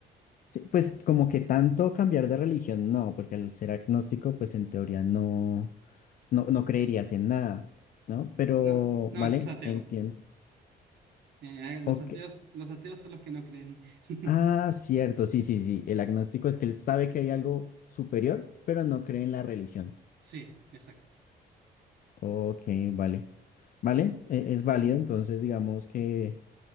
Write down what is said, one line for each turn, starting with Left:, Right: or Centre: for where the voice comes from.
Left: Sí, pues como que tanto cambiar de religión, no, porque al ser agnóstico, pues en teoría no, no, no creerías en nada, ¿no? Pero,
Right: No, no,
Left: vale,
Right: eso es ateo.
Left: entiendo.
Right: Eh, eh, los
Left: Ok,
Right: ateos, los ateos son los que no creen. <laughs>
Left: Ah, cierto, sí, sí, sí. El agnóstico es que él sabe que hay algo superior, pero no cree en la religión.
Right: Sí, exacto.
Left: Ok, vale. Vale, e- es válido, entonces digamos que